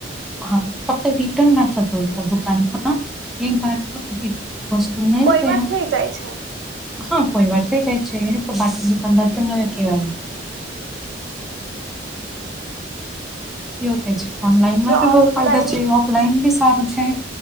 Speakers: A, in the centre; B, on the right.
A: હા ફક્ત રિટર્ન ના થતો હો દુકાનમાં એક બાર વસ્તુ નહી
B: કોઈ
A: બેયાર
B: વાર થઈ જાય છે
A: હા કોઈ વાર થઈ જાય છે પણ બાકી દુકાનદાર તો ન કેવાય એવું છે ઓનલાઈનમાં
B: જે
A: બી
B: ઓફલાઈન
A: બહુ ફાયદા છે ઓફલાઈન બી સારું છે.